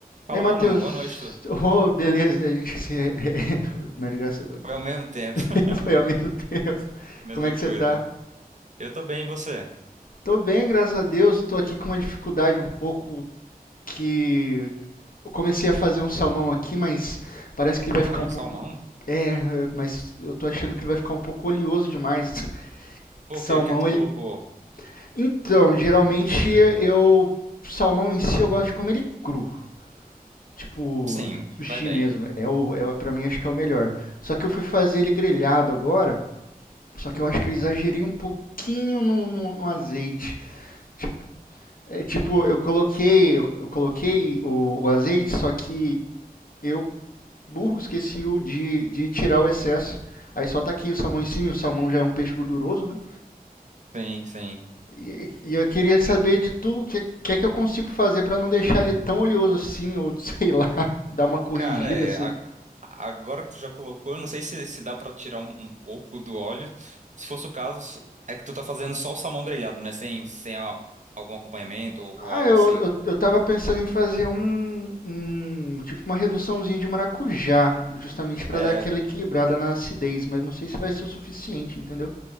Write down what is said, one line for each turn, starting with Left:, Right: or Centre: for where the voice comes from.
Right: Fala,
Left: Ei, Matheus.
Right: mano. Boa noite.
Left: <laughs>
Right: tu.
Left: Oh, beleza, a gente se... <laughs> na ligação <laughs>
Right: Foi ao mesmo tempo. <laughs>
Left: foi ao mesmo tempo.
Right: Mesma
Left: Como é que
Right: coisa.
Left: você tá?
Right: Eu tô bem, e você?
Left: Tô bem, graças a Deus. Tô aqui com uma dificuldade um pouco que eu comecei a fazer um salmão aqui, mas parece que ele vai
Right: Olha,
Left: ficar um
Right: um
Left: pouco
Right: salmão?
Left: é, mas eu tô achando que ele vai ficar um pouco oleoso demais. <laughs>
Right: Por
Left: Salmão,
Right: quê? O que é que tu
Left: ele
Right: colocou?
Left: Então, geralmente eu salmão em si eu gosto de comer ele cru. Tipo,
Right: Sim,
Left: sushi
Right: vai bem.
Left: mesmo. É o, é, o- pra mim acho que é o melhor. Só que eu fui fazer ele grelhado agora. Só que eu acho que eu exagerei um pouquinho no, no, no azeite. Tipo, é, tipo, eu coloquei, eu, eu coloquei o, o azeite, só que eu, burro, esqueci o de, de tirar o excesso. Aí só tá aqui o salmão em cima, e o salmão já é um peixe gorduroso, né?
Right: Sim, sim.
Left: E, e eu queria saber de tu o que, que é que eu consigo fazer pra não deixar ele tão oleoso assim, ou <laughs> sei lá, dar uma corrigida.
Right: Cara, é. a- agora que tu já colocou, eu não sei se, se dá pra tirar um, um pouco do óleo. Se fosse o caso, é que tu tá fazendo só o salmão grelhado, né? Sem, sem a- algum acompanhamento ou, ou
Left: Ah,
Right: algo
Left: eu,
Right: assim.
Left: eu, eu tava pensando em fazer um, um tipo uma reduçãozinha de maracujá, justamente pra
Right: É,
Left: dar aquela equilibrada na acidez, mas não sei se vai ser o suficiente, entendeu?